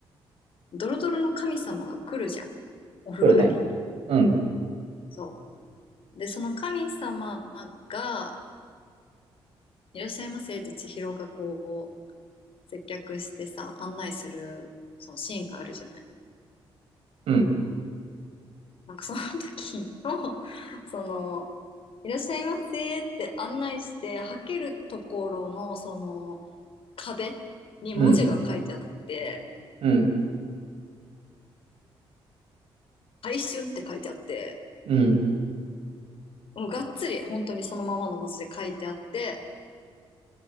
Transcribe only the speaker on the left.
ドロドロの神様が来るじゃんお風呂入りに。
そうで、その神様が、いらっしゃいませって千尋がこう、接客してさ、案内する、そのシーンがあるじゃない。
なんかその時の、<laughs> その、いらっしゃいませって案内して、はけるところの、その、壁に文字が書いてあって、
回春って書いてあって、
もうがっつり本当にそのままの文字で書いてあって、